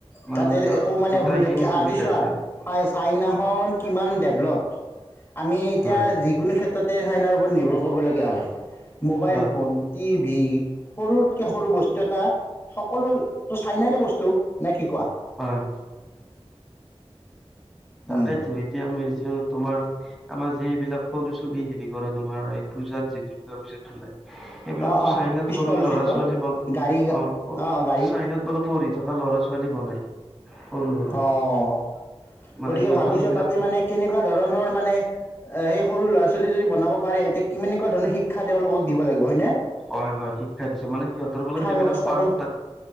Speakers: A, in the centre; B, on the left.
A: মানে
B: তাতে
A: তাত
B: একো মানে
A: গোটাইখিনি
B: অসুবিধা কি
A: সুবিধা
B: আজি চোৱা
A: আছে
B: চা-চাইনাখন কিমান ডেভে আমি এতিয়া
A: হয়
B: যিকোনো ক্ষেত্ৰতে, চাইনাৰ ওপৰত নিৰ্ভৰ কৰিব লগীয়া হয়। মোবাইল
A: হয়
B: ফোন টিভি সৰুত কিয়া সৰু বস্তু এটা, সকলোতো চাইনাই বস্তু নে কি কোৱা?
A: হয় তাকেইতো
B: উম
A: এতিয়া <unintelligible> তোমাৰ আমাৰ যি বিলাক সৰু চলি হেৰি কৰে তোমাৰ, এই পূজাত যি দূৰ্গা পূজাত সিবিলাকতো
B: অঁ অঁ
A: চাইনাত
B: পিষ্টল
A: সৰু ল'ৰা
B: চিষ্টল
A: ছোৱালী ব অ',
B: গাড়ী অঁ গাড়ী
A: চাইনাত বোলে পঢ়ি থকা ল'ৰা ছোৱালী বনাই সৰু সৰু
B: অ',
A: মানে
B: গতিকে
A: সিহঁতৰ
B: ভাবি
A: সেইবিলাক
B: চোৱা তাতে মানে কেনেকুৱা ধৰণৰ মানে সেই সৰু ল'ৰা ছোৱালী যদি বনাব পাৰে এতিয়া কিমাননেকুৱা ধৰণৰ শিক্ষা তেওঁলোকক দিব লাগিব হয় নে?
A: হয় হয় শিক্ষা দিছে মানে সিহঁতৰ বোলে সেইবিলাক
B: ব্যৱস্থাটো
A: পাৰ্ট টাই